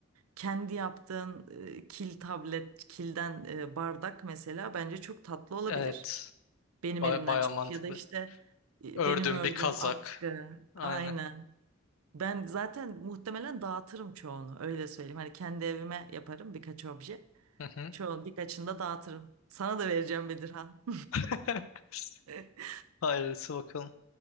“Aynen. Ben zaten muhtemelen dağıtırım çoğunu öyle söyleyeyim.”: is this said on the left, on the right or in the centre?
Right